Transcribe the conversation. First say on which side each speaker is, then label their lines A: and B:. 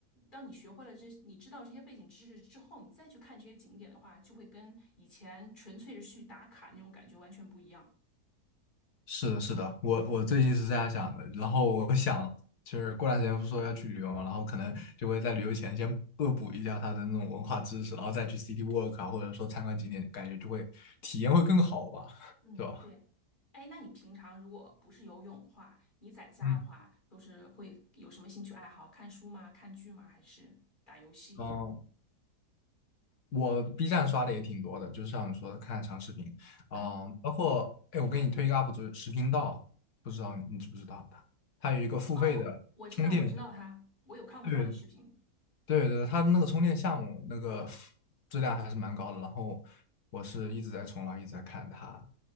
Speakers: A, on the left (about 30°); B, on the left (about 75°).
A: 当你学会了这，你知道这些背景知识之后，你再去看这些景点的话，就会跟以前纯粹是去打卡那种感觉完全不一样。
B: 是的，是的，我我最近是这样想的，然后我想就是过段时间不是说要去旅游嘛，然后可能就会在旅游前先恶补一下他的那种文化知识，然后再去 city walk 啊，或者说参观景点，感觉就会体验会更好吧，<laughs>
A: 嗯，
B: 是吧？
A: 对。哎，那你平常如果不是游泳的话，你在家的话都是会有什么兴趣爱好？
B: 嗯，
A: 看书吗？看剧吗？还是打游戏？
B: 哦，我 B 站刷的也挺多的，就是像你说的看长视频，嗯，
A: 嗯，
B: 包括哎，我给你推一个 UP 主，食频道，不知道你知不知道他？他有一个付费的充电项目，
A: 啊，我我知道，我知道他，我有看过他的视频。
B: 对对对，他那个充电项目那个质量还是蛮高的。然后我是一直在冲浪，一直在看他